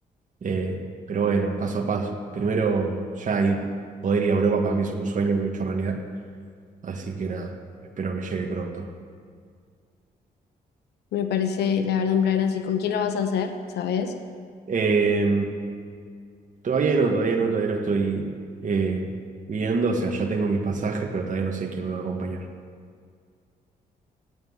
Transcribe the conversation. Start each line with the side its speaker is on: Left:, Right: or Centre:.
Right: Eh, pero bueno, paso a paso. Primero, ya ir, poder ir a Europa para mí es un sueño hecho realidad. Así que nada, espero que llegue pronto.
Left: Me parece, la verdad, un plan así. ¿Con quién lo vas a hacer? ¿Sabes?
Right: Eh, todavía no, todavía no, todavía lo estoy eh, viendo. O sea, ya tengo mis pasajes, pero todavía no sé quién me va a acompañar.